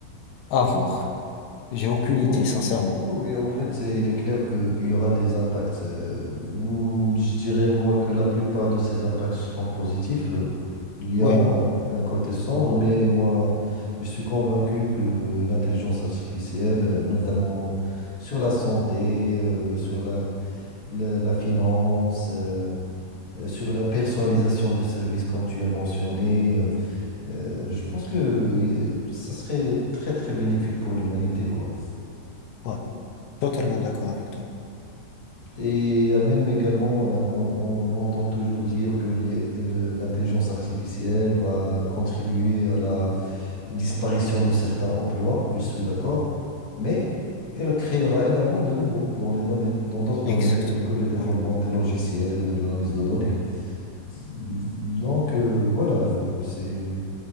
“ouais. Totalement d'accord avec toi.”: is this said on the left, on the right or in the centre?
Left